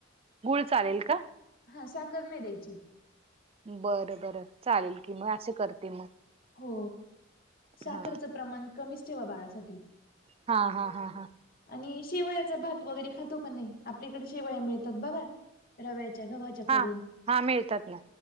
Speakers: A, on the right (about 30°); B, on the left (about 50°).
A: गूळ चालेल का. <unintelligible>
B: हा साखर नाही द्यायची. <unintelligible>
A: बर बरं चालेल की मग असे करते मग. <unintelligible>
B: हो साखरचं
A: हा.
B: प्रमाण कमीच ठेवा बाळासाठी. <unintelligible>
A: हा हा हा हा. <unintelligible>
B: आणि शेवयाचा भात वगैरे खातो का नाही, आपल्या इकडे शेवया मिळतात बघा. <unintelligible> रव्याच्या गव्हाच्या करून
A: हा हा मिळतात ना